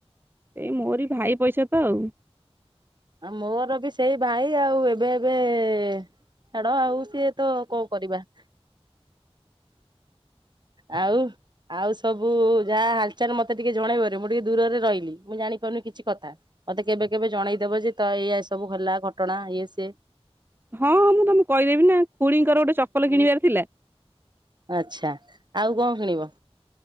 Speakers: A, on the right; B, on the right.
A: ଏଇ ମୋରି ଭାଇ ପଇସା ତ ଆଉ।
B: ଆଉ ମୋର ବି ସେଇ ଭାଇ ଆଉ ଏବେ ହେବେ ଛାଡ ଆଉ। ସିଏ ତ କଣ କରିବା। ଆଉ। ଆଉ ସବୁ ଗାଁ ହାଲ୍‌ଚାଲ୍ ମତେ ଟିକେ ଜଣେଇବରେ ମୁଁ ଟିକେ ଦୂରରେ ରହିଲି ମୁଁ ଜାଣିପାରୁନି କିଛି କଥା। ମତେ କେବେ କେବେ ଜଣେଇଦବ ଯେ ତ ଏଇ ସବୁ ହେଲା ଘଟଣା ଇଏ ସିଏ।
A: ହଁ ହଁ ମୁଁ ତମକୁ କହିଦେବି ନା ଖୁଡିଙ୍କର ଗୋଟେ ଚପଲ କିଣିବାର ଥିଲା।
B: ଆଚ୍ଛା ଆଉ କଣ କିଣିବ?